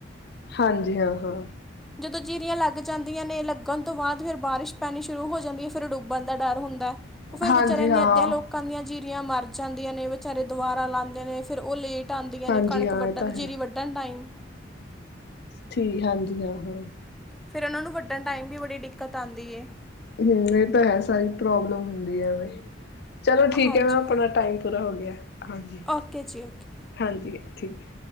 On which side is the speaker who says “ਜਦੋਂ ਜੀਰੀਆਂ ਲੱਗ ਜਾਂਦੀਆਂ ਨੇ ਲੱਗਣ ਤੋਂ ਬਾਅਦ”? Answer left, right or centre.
Centre